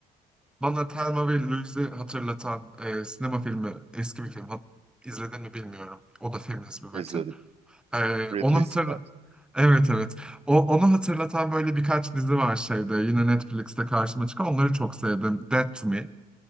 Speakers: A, in the centre; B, on the right (about 35°).
A: bana Thelma ve Louise'i hatırlatan e, sinema filmi, eski bir film. Hat izledin mi bilmiyorum. O da feminist bir metin.
B: İzledim.
A: E,
B: Ridley
A: onu hatırla.
B: Scott.
A: Evet evet. O, onu hatırlatan böyle birkaç dizi var şeyde. Yine Netflix'te karşıma çıkan. Onları çok sevdim. Dead to Me.